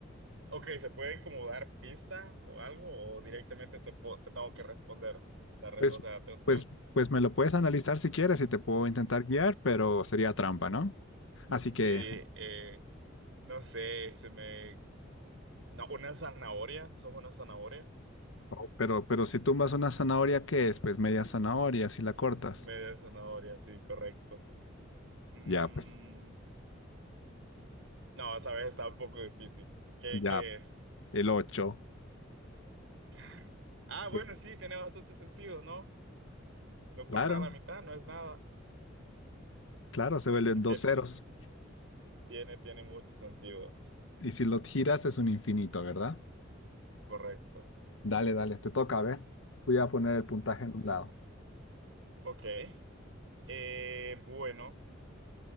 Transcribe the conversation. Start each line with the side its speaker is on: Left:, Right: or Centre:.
Right: ok, ¿se pueden como dar pistas o algo? ¿O directamente te, po- te tengo que responder? La re-
Left: Pues,
Right: o sea, te- te-
Left: pues, pues me lo puedes analizar si quieres y te puedo intentar guiar, pero sería trampa, ¿no? Así
Right: sí,
Left: que
Right: eh, no sé, se me... no, una zanahoria, sos una zanahoria.
Left: Oh, pero, pero si tumbas una zanahoria, ¿qué es? Pues media zanahoria, si la cortas.
Right: Media zanahoria, sí, correcto. Mm,
Left: Ya, pues,
Right: No, esa vez está un poco difícil. ¿Qué,
Left: ya,
Right: qué
Left: pues,
Right: es?
Left: el ocho
Right: Ca- Ah, bueno,
Left: Pues,
Right: sí, tiene bastante sentido, ¿no? Lo
Left: claro,
Right: cortas a la mitad, no es nada.
Left: claro, se vuelven
Right: Sí, tiene,
Left: dos ceros.
Right: tiene, tiene mucho sentido.
Left: Y si lo giras es un infinito, ¿verdad?
Right: Correcto.
Left: Dale, dale, te toca, a ver. Voy a poner el puntaje en un lado.
Right: Ok. Eh, bueno,